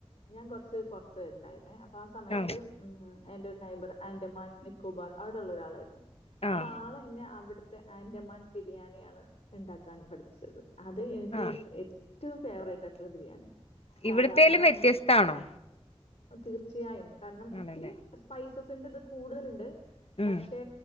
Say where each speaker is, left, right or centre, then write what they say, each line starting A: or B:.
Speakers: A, on the left; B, on the left.
A: ഞാൻ കൊറച്ച് പോറത്ത് പോയിണ്ടാർന്നെ അപ്പൊ ആ സമയത്ത്
B: ആഹ്
A: ഉം എന്റെ നൈബർ ആന്റമാൻ നിക്കോബാർ അവിടെള്ള ഒരാളായിരുന്നു അപ്പൊ
B: ആഹ്
A: ആൾന്നെ അവിടെ തെ ആന്റമാൻ ബിരിയാണിയാണ് ഇണ്ടാക്കാൻ പഠിപ്പിച്ചത് അത് എനിക്ക്
B: ആഹ്
A: ഏ റ്റവും ഫേവറേറ്റായിട്ടുള്ള ബിരിയാണി സാധാരണ
B: ഇവിടത്തേലും വ്യത്യസ്താണോ
A: നമ്മള് ആഹ് തീർച്ചയായും കാരണം
B: ആണല്ലേ
A: ഇത്തിരിം സ്പൈസസിന്റെത് കൂടുതല്ണ്ട്
B: ഉം
A: പക്ഷേ